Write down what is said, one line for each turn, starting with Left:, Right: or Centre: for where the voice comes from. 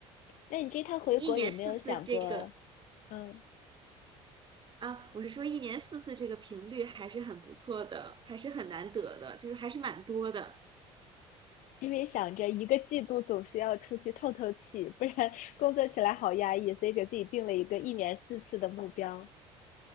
Left: 那你这趟回国有没有想过？
Right: 一年四次这个
Left: 嗯，
Right: 啊，我是说一年四次这个频率还是很不错的，还是很难得的，就是还是蛮多的。
Left: 因为想着一个季度总是要出去透透气，不然 <laughs> 工作起来好压抑，所以给自己定了一个一年四次的目标。